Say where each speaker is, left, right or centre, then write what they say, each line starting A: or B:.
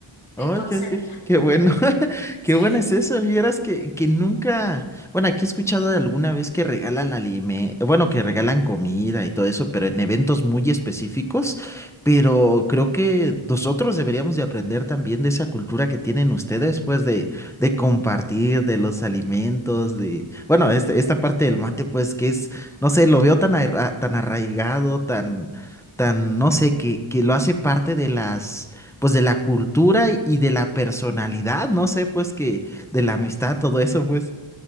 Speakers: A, on the left (about 85°); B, in the centre.
A: Te
B: Ay,
A: concentras.
B: qué, qué- qué
A: <laughs>
B: bueno, <laughs>
A: Sí,
B: qué bueno es eso vieras que, que nunca, bueno, aquí he escuchado de alguna vez que regalan alime, bueno, que regalan comida y todo eso, pero en eventos muy específicos, pero creo que nosotros deberíamos de aprender también de esa cultura que tienen ustedes, pues, de, de compartir, de los alimentos, de, bueno, este- esta parte del mate, pues, que es, no sé, lo veo tan, arra- tan arraigado, tan, tan, no sé, que, que lo hace parte de las pues de la cultura y y de la personalidad, no sé, pues que de la amistad, todo eso, pues.